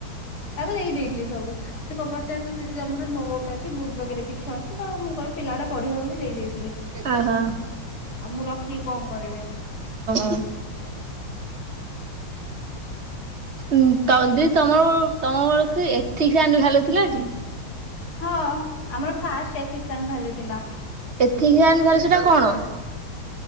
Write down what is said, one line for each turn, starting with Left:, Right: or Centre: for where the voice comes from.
Left: ତାକୁ ଦେଇ ଦେଇଦେଇଥିଲି ସବୁ। ସେ କ ପଚାରୁଥିଲା ଦିଦି ତମର ନୋଟ ଅଛି ବୁକ୍ ବଗେରା କିଛି ଅ ଛି ତ, ମୁଁ କହିଲି ପିଲାଟା ପଢିବ ବୋଲି ଦେଇ ଦେଇଦେଇଥିଲି।
Right: ଓହୋ
Left: ଆଉ ମୁଁ ରଖିକି କଣ କରିବି?
Right: ହୁଁ। ଉମ୍ ଦିଦି ତମର କଣ ତମର କି ଏଥିସାନ୍ ଭାଲ୍ୟୁ ଥିଲାଟି?
Left: ହଁ, ଆମର ଫାଷ୍ଟ ଏଥିକ୍ସାନ୍ ଭାଲ୍ୟୁ ଥିଲା।
Right: ଏଥିକାଲ୍ ଭାଲ୍ୟୁ ସେଟା କଣ?